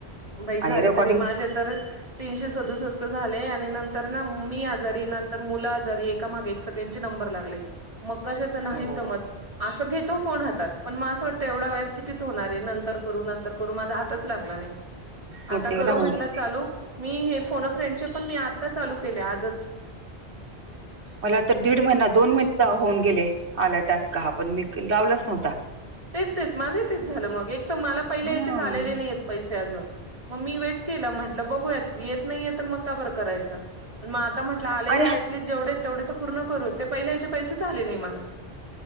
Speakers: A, on the right; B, on the right.
A: बाई झाले
B: रेकॉर्डिंग
A: तरी माझे तर तीनशे सदुसष्ट झाले आणि नंतर ना मी आजारी नंतर मुलं आजारी एकामागे एक सगळ्यांचे नंबर लागले मग कशाच नाही
B: हो
A: जमत असं घेतो फोन हातात पण मा असं तेवढा वेळात नंतर करू, नंतर करू माझा हातच लागला नाही.
B: मग
A: आता
B: ते
A: करू
B: राहून
A: म्हटलं
B: जात
A: चाले मी हे फोन अ फ्रेंडचे पण मी आत्ता चालू केले आजच ह
B: माला तर दीड महिना दोन महिना होऊन गेले आला टास्क हा पण मी क लावलाच नव्हता.
A: तेच तेच माझे तेच झालं मग एक तर मला पहिले
B: ह
A: हेचेच आलेले नाही आहेत पैसे अजून मग मी वेट केला म्हटलं बघूयात येत नाहीय तर मग का बरं करायचा. मग आता म्हटलं आलेला
B: अरे
A: एटलिस्ट जेवढे तेवढे तर ते पूर्ण करूत ते पहिले ह्याचे पैसेच आले नाही मला.